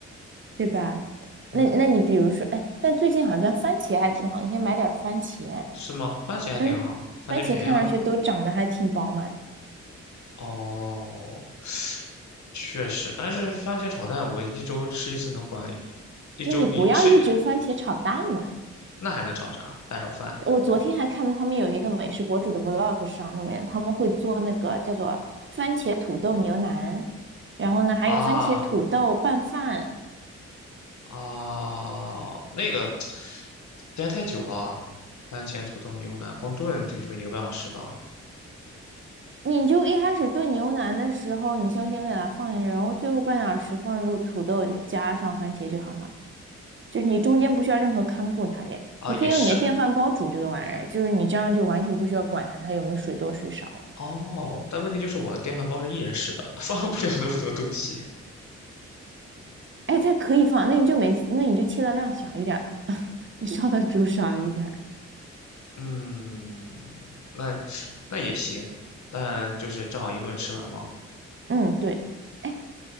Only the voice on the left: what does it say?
嗯，
是吗？番茄还挺好，
番茄便宜了。
哦，确实，但是番茄炒蛋我一周吃一次能管一周一吃，
那还能炒啥？蛋炒饭还能
啊？啊，那个时间太久了，番茄土豆牛腩光炖得炖一个半小时吧。
啊，
也是
哦，但问题就是我电饭煲是一人食的，<laughs> 放不了那么多东西。
嗯，那那也行，但就是正好一顿吃完嘛。